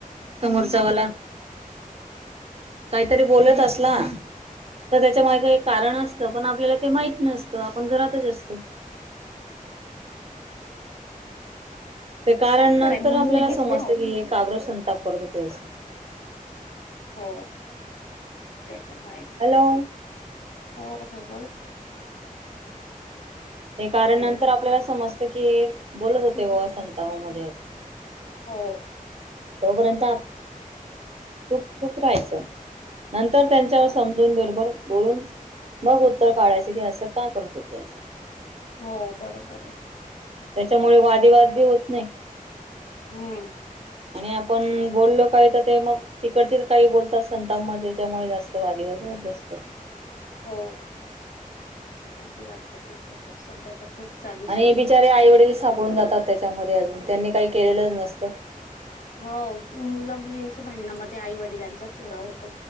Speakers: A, on the right; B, on the left.
A: समोरचावाला काहीतरी बोलत असला तर त्याच्या मागे का एक कारण असतं पण आपल्याला ते माहित नसतं आपण घरातच असतो ते कारण नंतर
B: खरं आहे. मग
A: आपल्याला
B: मुलगी असते
A: समजतं
B: ना
A: की हे काग्र संताप करत होतो तेच
B: हो ते पण हायच
A: हॅलो
B: हो हो बोला
A: ते कारण
B: हॅलो
A: नंतर आपल्याला समजत केळ बोलत होते
B: हम्म, हम्म.
A: व असंतावामध्ये
B: हो
A: तोपर्यंत चूप चुप राहायच नंतर त्यांच्यावर
B: हो
A: समजून बरोबर बोलून मग उत्तर काढायचं की असं का करत होते
B: हो बरोबर आहे
A: त्याच्यामुळे वादिवाद बी होत नाही
B: हम्म
A: आणि आपण बोललो काही तर ते मग तिकडचेच काही बोलतात संताप म त्याच्यामुळे जास्त वादिवाद होत ब असतो
B: हो वा तर खूप होत सध्या तर खूप चालू आहे सगळीकडेच.
A: आणि बिचारे आई वडील सापडून जातात त्याच्यामध्ये अजून त्यांनी काही केलेलंच नसतं
B: हो मुला मुलींच्या भांडणामध्ये आई वडिलांचाच त हो